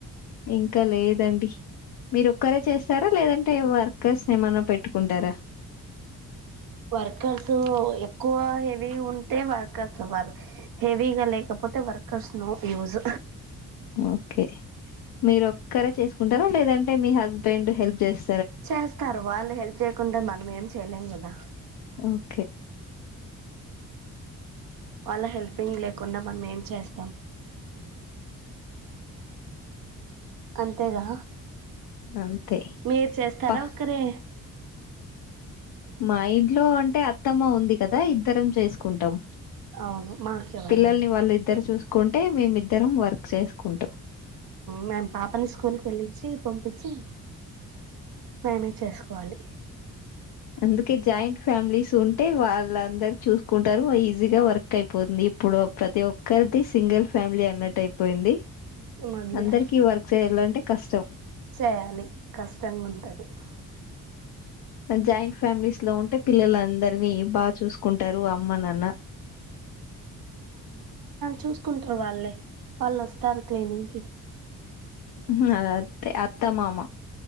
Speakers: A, on the left; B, on the right.
A: ఇంకా లేదండి మీరు ఒక్కరే చేస్తారా లేదం టే వర్కర్స్ ని ఏమన్నా పెట్టుకుంటర
B: వర్కర్స్ ఎక్కువ హెవీ ఉంటే వర్కర్స్ వర్ హెవీగా లేకపోతే వర్కర్స్ నో యూస్
A: ఓకే మీరు ఒక్కరే చేసుకుంటర లేద అంటే మీ హస్బెండ్ హెల్ప్ చేస్
B: చేస్తారు వాళ్ళు హెల్ చెయకుండ మనమేం చేయలేం కదా
A: ఓకే
B: వాళ్ళ హెల్పింగ్ లే కున్నా మనమేం చేస్తాం అంతేగా
A: అంతే
B: మీరు చేస్తారా
A: ప
B: ఒకరే
A: మా ఇంట్లో అంటే అత్తమ్మ ఉంది కదా ఇద్దరం చేసుకు కుంటం
B: అవును మాకెవరు
A: పిల్లల్ని
B: లేరు
A: వాళ్ళు ఇద్దరు చూసుకు కుంటే మేమిద్దరం వర్క్ చేసుకుంటం
B: మేము పాపని స్కూల్కి వెళ్ళిచ్చి పంపించి మేమే చేసుకోవాలి
A: అందుకే జాయింట్ ఫ్యామిలీస్ ఉంటే వాళ్ళందరు చూసుకుంటరు ఈజీగా వర్క్ అయిపోతుంది ఇప్పుడు ప్రతి ఒక్కరిదీ సింగిల్ ఫ్యామిలీ అన్నట్టు అయిపోయింది
B: మళ్గా
A: అందరికి వర్క్ చేయాలంటే కష్టం
B: చెయాలి కష్టంగుంటది <unintelligible>
A: జాయింట్ ఫ్యామిలీస్ ఇట్లో ఉంటే పిల్లలందరినీ బా చూసుకుంటరు అమ్మ నాన్న
B: చూసుకుంట్రూ వాళ్ళే వాళ్ళు ఒస్తారు క్లీనింగ్ కి
A: నాదత్తే అత్తమామ